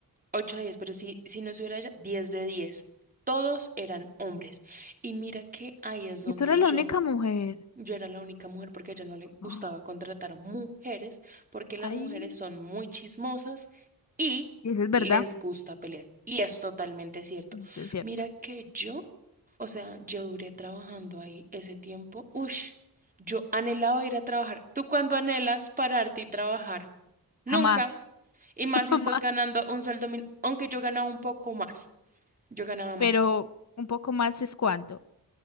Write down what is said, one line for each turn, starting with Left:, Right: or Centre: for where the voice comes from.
Right: ocho de 10, pero si, si no estuviera ella, diez de diez Todos eran hombres. Y mira que ahí es donde
Left: Y tú eres
Right: yo,
Left: la única mujer.
Right: yo era la única mujer porque a ella no le gustaba
Left: Oh,
Right: contratar mujeres porque las
Left: ay,
Right: mujeres son muy chismosas y
Left: eso es
Right: les
Left: verdad,
Right: gusta pelear. Y es totalmente cierto.
Left: eso es cierto.
Right: Mira que yo, o sea, yo duré trabajando ahí ese tiempo. Ush, yo anhelaba ir a trabajar. ¿Tú cuándo anhelas pararte y trabajar? Nunca.
Left: Jamás,
Right: Y
Left: <laughs>
Right: más si
Left: jamás.
Right: estás ganando un sueldo min- aunque yo ganaba un poco más, yo ganaba más.
Left: Pero un poco más es cuánto?